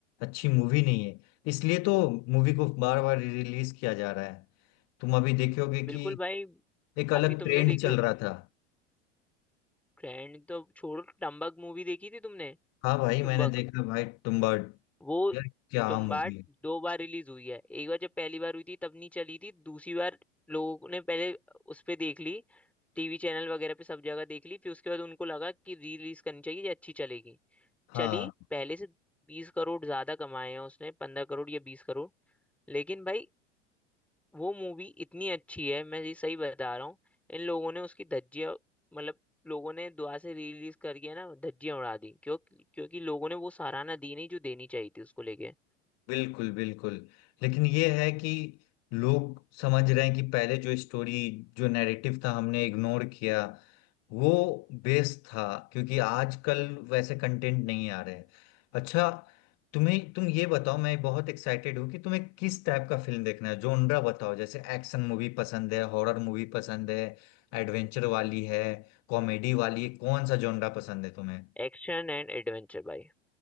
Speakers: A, on the left; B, in the centre.
A: अच्छी मूवी नहीं है इसलिए तो मूवी को बार बार री रिलीज किया जा रहा है तुम अभी देखोगे
B: बिल्कुल
A: कि
B: भाई
A: एक अलग
B: अभी तुमने
A: ट्रेंड
B: देखी
A: चल
B: हो
A: रहा था
B: ट्रेंड तो छोड़ो टम्बक मूवी देखी थी तुमने
A: हाँ भाई
B: टुम्बक
A: मैंने देखा भाई तुम्बाड़
B: वो
A: यार क्या
B: तुम्बाड
A: मूवी है
B: दो बार रिलीज हुई है एक बार जब पहली बार हुई थी तब नहीं चली थी दूसरी बार लोगों ने पहले उस पे देख ली टीवी चैनल वगैरह पे सब जगह देख ली फिर उसके बाद उनको लगा कि री रिलीज करनी चाहिए ये अच्छी चलेगी
A: हाँ
B: चली पहले से बीस करोड़ ज्यादा कमाए हैं उसने पंद्रह करोड़ या बीस करोड़ लेकिन भाई वो मूवी इतनी अच्छी है मैं ये सही बता रहा हूँ इन लोगों ने उसकी धज्जियां मतलब लोगों ने दुआ से रिलीज करके ना धज्जियां उड़ा दी क्यों क्योंकि लोगों ने वो सराहना दी नहीं जो देनी चाहिए थी उसको लेके
A: बिल्कुल बिल्कुल लेकिन ये है कि लोग समझ रहे हैं कि पहले जो स्टोरी जो नैरेटिव था हमने इग्नोर किया वो बेस था क्योंकि आजकल वैसे कंटेंट नहीं आ रहे हैं अच्छा तुम्हें तुम ये बताओ मैं बहुत एक्साइटेड हूँ कि तुम्हें किस टाइप का फिल्म देखना है जोनरा बताओ जैसे एक्शन मूवी पसंद है हॉरर मूवी पसंद है एडवेंचर वाली है कॉमेडी वाली है कौन सा जोनरा पसंद है तुम्हें
B: एक्शन एंड एडवेंचर भाई